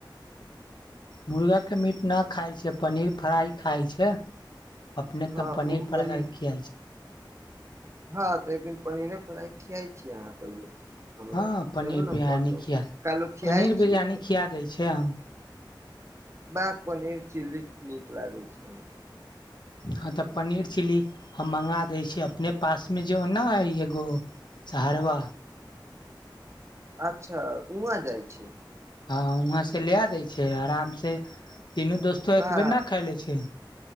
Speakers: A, on the left (about 65°); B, on the right (about 35°).
A: मुर्गाके मीट ना खाइ छै पनीर फ्राइ खाइ छै अपने
B: हँ
A: तो
B: ओ
A: पनीर फ्राई
B: तनी
A: खियाई छै
B: हँ तऽ एक दिन पनीरे फ्राइ खियाइ छियै अहाँ कहियो हमरा
A: हँ पनीर
B: चलू ने
A: बिरियानी
B: परसो
A: किया
B: काल्हू खियाइ
A: पनीर
B: छी
A: बिरियानी खिया दै छै हम
B: बक पनीर चिल्ली नीक लागै छै हमरा
A: हँ तऽ पनीर चिली हम मंगा दै छ अपने पास मे जो न है एगो सहरवा
B: अच्छा उहाँ जाइ छिय
A: हँ वहां से लए दै छै आराम से तीनू दोस्तो एक
B: बाह
A: बेेर न खायले छियै